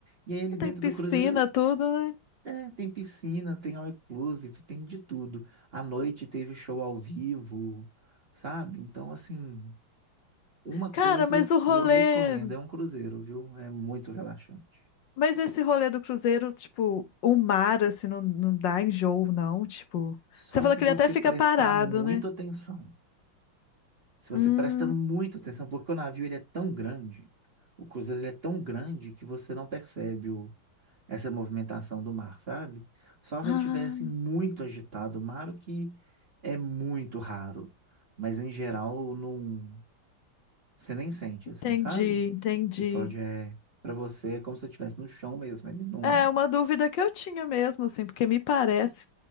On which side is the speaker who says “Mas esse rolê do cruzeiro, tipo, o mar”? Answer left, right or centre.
Left